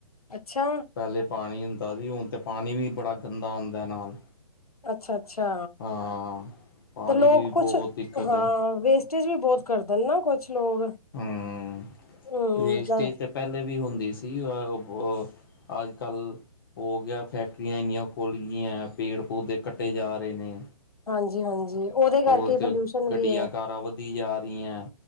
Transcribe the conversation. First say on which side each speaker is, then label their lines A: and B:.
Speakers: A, on the left; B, on the left.
A: ਅੱਛਾ
B: ਪਹਿਲੇ ਪਾਣੀ ਹੁੰਦਾ ਵੀ, ਹੁਣ ਤੇ, ਪਾਣੀ ਵੀ ਬੜਾ ਗੰਦਾ ਆਉਂਦਾ ਨਾਲ।
A: ਅੱਛਾ-ਅੱਛਾ,
B: ਹਾਂ ਪਾਣੀ
A: ਤੇ ਲੋਕ
B: ਦੀ ਵੀ
A: ਕੁਛ
B: ਬਹੁਤ ਦਿੱਕਤ
A: ਹਾਂ
B: ਹੈ
A: ਵੇਸ ਟੇਜ ਵੀ ਬਹੁਤ ਕਰਦੇਨ ਨਾ, ਕੁਛ ਲੋਕ।
B: ਹੂੰ,
A: ਹਮ
B: ਵੇਸਟੇਜ ਤੇ ਪਹਿਲੇ ਵੀ ਹੁੰਦੀ ਸੀ, ਅ, ਓ ਅਜ-ਕੱਲ ਹੋ ਗਿਆ ਫੈਕਟਰੀਆਂ ਇੰਨੀਆਂ ਖੁੱਲਗੀਆਂ, ਪੇੜ-ਪੌਦੇੇ ਕੱਟੇ ਜਾ ਰਹੇ ਨੇ।
A: ਹਾਂਜੀ-ਹਾਂਜੀ, ਓਹਦੇ ਕਰਕੇ
B: ਉਹ
A: ਪੋਲਿਊਸ਼ਨ
B: ਤੇ ਗੱਡੀਆਂ
A: ਵੀ ਹੈ।
B: ਕਾਰਾਂ ਜਾ ਰਹੀ ਹੈ,